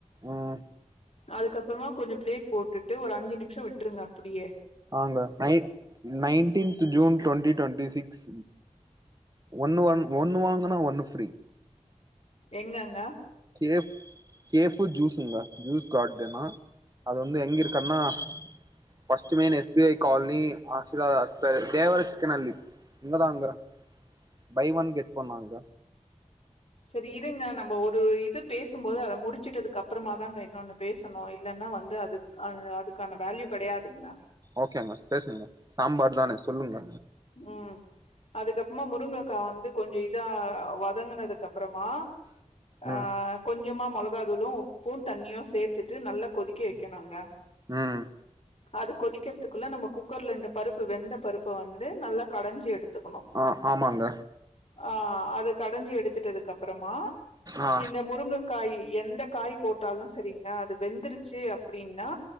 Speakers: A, on the right; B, on the left.
A: ம்
B: அதுக்கப்புறமா கொஞ்சொ ஃபிளேக் போட்டுட்டு ஒரு அஞ்சு நிம்ஷொ விட்ருங்க அப்புடியே
A: ஆங்க நை nineteenth June twenty twenty six ஒன்னு ஒன் ஒன்னு வாங்கனா ஒன்னு ஃப்ரீ
B: எங்கங்க
A: கேஃப் கேஃபு ஜூஸுங்க ஜூஸ் கார்டனா அது வந்து எங்க இருக்கன்னா first main S B I colony ஆசில <unintelligible> இங்கதாங்க by one get ஒன்னாங்க
B: செரி இருங்க நம்ம ஒரு இது பேசும்போது அத முடுச்சுட்டதுக்கு அப்பறமா தாங்க இன்னொன்னு பேசணு இல்லன்னா வந்து அது அ அதுக்கான வேல்யூ கெடையாதுங்க
A: ஓகேங்க பேசுங்க சாம்பார் தானே சொல்லுங்க
B: ம் அதுக்கப்ர்மா முருங்கக் கா வந்து கொஞ்சொ இதா வதங்குனதுக்கு அப்பறமா ஆ
A: ம்
B: கொஞ்சமா மொளகாதூளு உப்பு தண்ணியு சேத்துட்டு நல்லா கொதிக்க வைக்கணுங்க
A: ம்
B: அது கொதிக்கிறதுக்குள்ள நம்ம குக்கர்ல இந்த பருப்பு வெந்த பருப்ப வந்து வந்து நல்லா கடஞ்சு எடுத்துக்கணு
A: ஆ ஆமாங்க
B: ஆ அது கடஞ்சு எடுத்துட்டதுக்கு அப்பறமா
A: ஆ
B: இந்த முருங்கக் காய் எந்த காய் போட்டாலு சரிங்க அது வெந்துருச் ச்சு அப்டினா